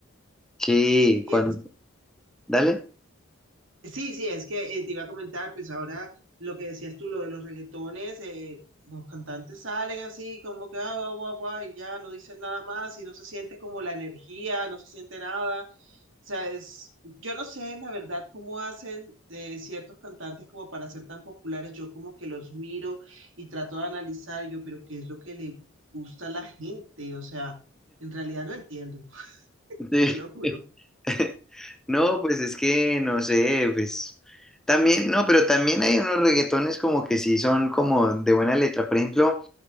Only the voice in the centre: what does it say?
Sí,
cuando...
Dale.
Sí.
<laughs> No, pues es que no sé, pues también, no, pero también hay unos reggaetones como que sí son como de buena letra. Por ejemplo,